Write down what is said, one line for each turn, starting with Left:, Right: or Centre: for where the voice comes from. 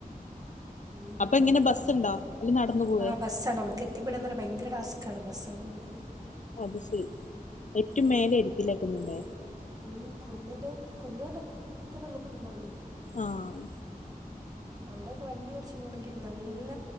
Right: ഉം
Left: അപ്പ എങ്ങനെ
Right: അതിൻ്റെ ഉള്ളിൽ
Left: ബസ്സുണ്ടോ
Right: എത്തി
Left: അല്ല നടന്ന് പോവേ?
Right: ആഹ് ബസ്സാണ് അവിട്ക്ക് എത്തിപ്പെടാന്നറ്യ ഭയങ്കര ടാസ്ക്കാണ് ബസ്സൊന്നുല്ലേല്.
Left: അത് ശരി ഏറ്റവും മേലെരിക്കും ലെ കുന്ന്മ്മേ?
Right: ഉം കുന്നിൻ്റെ കുന്ന് ർഞ്ഞാ കുത്തനെള്ള കുന്നാണ്.
Left: ആഹ്
Right: അവടക്കെ വണ്ടി ഓടിച്ച് പോണെങ്കിൽ നല്ല